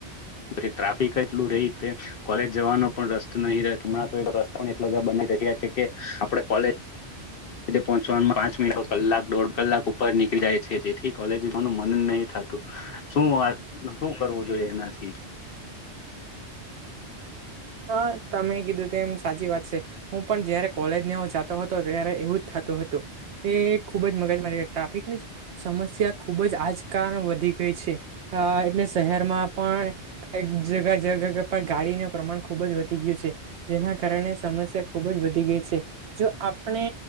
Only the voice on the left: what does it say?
પી ટ્રાફિક એટલું રહી તે કોલેજ જવાનો પણ રસ્તો નહી રહે હમણાં તો રસ્તો પણ એટલો બધા બ રહ્યા છે કે આપણે કોલેજ જે પહોંચવા પાંચ મિનટ કલાક દોઢ કલાક ઉપર નીકળ જાય છે જેથી કોલેજનું મન નહીં થાય શું હું કરવું જોઈએ એનાથી <inaudible>